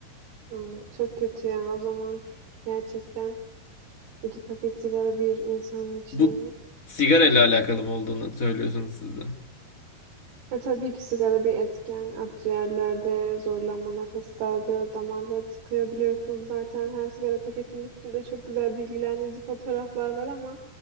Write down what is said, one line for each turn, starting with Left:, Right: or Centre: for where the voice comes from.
Right: Aa, çok kötü ya o zaman. Gerçekten iki paket sigara bir insan için
Left: Bu sigara ile alakalı mı olduğunu söylüyorsunuz siz de.
Right: E, tabii ki sigara bir etken. Akciğerlerde zorlanma, nefes darlığı, damarları tıkıyor biliyorsunuz zaten. Her sigara paketinin üstünde çok güzel bilgilendirici fotoğraflar var ama